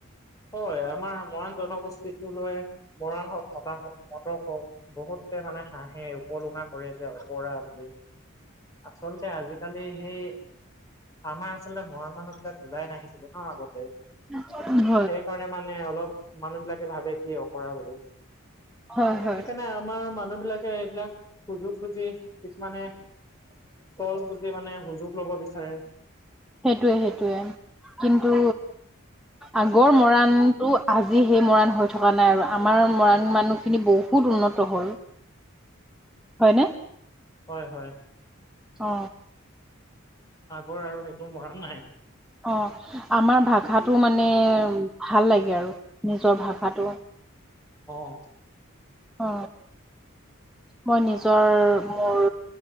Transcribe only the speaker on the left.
হয় আমাৰ মৰাণ জনগোষ্ঠীটো লৈ মৰাণ হওঁক মতা হওঁক ম মটক হওঁক বহুতে মানে হাহে উপলুঙা কৰে যে অকৰা বুলি। আচলতে আজিকালি সেই আমাৰ আচলতে মৰাণ মানুহবিলাক ওলাই নাহিছিলে ন আগতে।
সেইকাৰণে মানে অলপ মানুহবিলাকে ভাবে কি অকৰা বুলি। সেইকাৰণে
আমাৰ মানুহবিলাক কে এইবিলাক সুযোগ বুজি কিছুমানে চল বুজি মানে সুযোগ ল'ব বিচাৰে।
হয় হয়।
আগৰ আৰু সেইটো মৰাণ নাই।
অ।